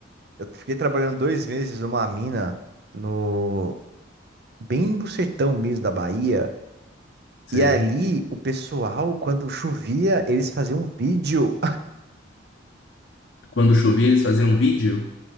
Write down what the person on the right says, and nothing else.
eu fiquei trabalhando dois meses numa mina no bem no sertão mesmo da Bahia.
E ali o pessoal, quando chovia, eles faziam um vídeo.